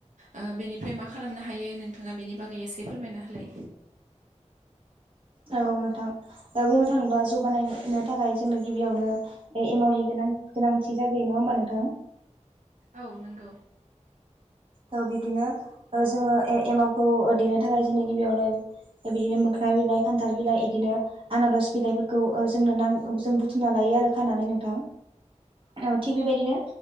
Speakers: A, on the right (about 80°); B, on the right (about 45°).
A: ओ बेनिफ्राय मा खालामनो हायो नोंथाङा बेनि बागै एसे फोरमायना होलाय
B: औ नोंथां ओ बुंनो थाङोबा जौ बानायनो थाखाय जोंनो गिबियावनो ओ एमाउनि गोनां गोनांथि जाग्रोयो नङा होमबा नोंथां
A: औ नोंगौ
B: ओ बिदिनो ओ जोङो ए-एमावखौ देनो थाखाय जोंनो गिबियावनो ओ बेदिनो <unintelligible> खान्थाल बिलाइ इदिनो आनारस बिलाइफोरखौ ओ जोंनो नां ओ जों बुथुमना लायो आरो खानानै नोंथां औ थिग बेबायदिनो